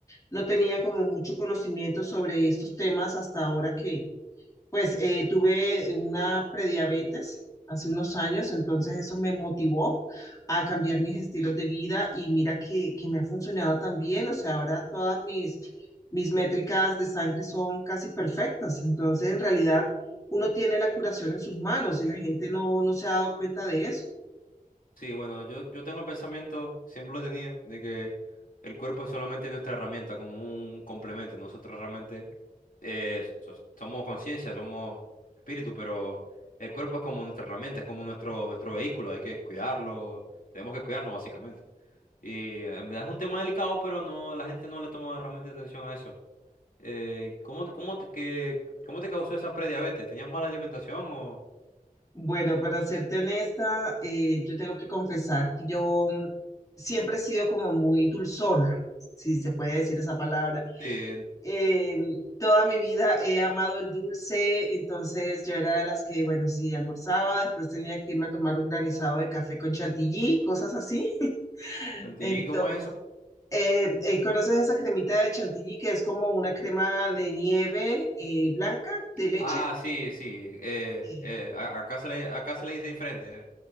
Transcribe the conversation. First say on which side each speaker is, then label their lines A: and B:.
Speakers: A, on the left (about 25°); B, on the left (about 70°).
A: no tenía como mucho conocimiento sobre estos temas hasta ahora que. Pues eh, tuve una prediabetes hace unos años, entonces eso me motivó a cambiar mis estilos de vida y mira que, que me ha funcionado también, o sea, ahora todas mis, mis métricas de sangre son casi perfectas, entonces en realidad uno tiene la curación en sus manos y la gente no, no se ha dado cuenta de eso.
B: Sí, bueno, yo, yo tengo el pensamiento, siempre lo he tenido, de que el cuerpo es solamente nuestra herramienta, como un complemento. Nosotros realmente eh, so- somos conciencia, somos espíritu, pero el cuerpo es como nuestra herramienta, es como nuestro, nuestro vehículo, hay que cuidarlo, tenemos que cuidarnos básicamente. Y eh, en verdad es un tema delicado, pero no, la gente no le toma realmente atención a eso. Eh, ¿cómo, te- cómo te, que, cómo te causó esa prediabetes? ¿Tenías mala alimentación o...?
A: Bueno, para serte honesta, eh, yo tengo que confesar que yo mm, siempre he sido como muy dulzona, si se puede decir esa palabra.
B: Sí, en-
A: Eh, toda mi vida he amado el dulce, entonces yo era de las que, bueno, sí, almorzaba, después tenía que irme a tomar un granizado de café con chantilly, cosas así. <laughs>
B: ¿Chantilly
A: Entonces,
B: cómo es eso?
A: eh, eh, ¿conoces esa cremita de chantilly que es como una crema de nieve eh, blanca de leche?
B: Ah, sí, sí. eh,
A: Eh,
B: eh, a- acá se le, acá se le dice diferente,